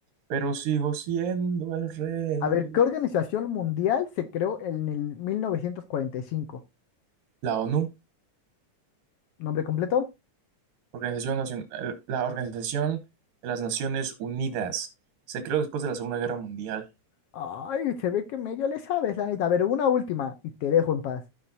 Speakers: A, on the right (about 85°); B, on the left (about 75°).
A: Pero sigo siendo el rey.
B: A ver, ¿qué organización mundial se creó en el 1945?
A: La ONU,
B: ¿Nombre completo?
A: Organización Nacion- eh, la Organización de las Naciones Unidas, se creó después de la Segunda Guerra Mundial.
B: Ay, se ve que medio le sabes, la neta. A ver, una última y te dejo en paz.